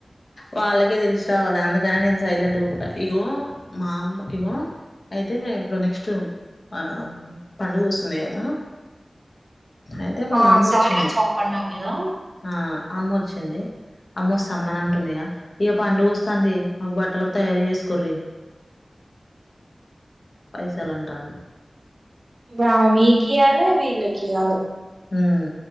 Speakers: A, on the left; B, on the right.
A: వాళ్ళకే తెలిసి రావాలి అందుకని నేను సైలెంట్ గా ఉకుంట ఇగో మా అమ్మ ఇగో అయితే ఇప్పుడు నెక్స్ట్ ఆ పండుగ వస్తుంది కదా అయితే మొన్న
B: ఆ
A: అమ్మ
B: సార్ల
A: వచ్చింది
B: చాప్ అన్న కదా
A: ఆ అమ్మ ఓచ్చింది ఆమ్మ సామాన్నన్ ఉంటుందిగా ఇక పండుగ వస్తంది మాకు బట్టలకు తయారు చేసుకోర్రి పైసలు అంటాంది
B: ఆ మికియలే వీళ్ళకియాలే
A: హుమ్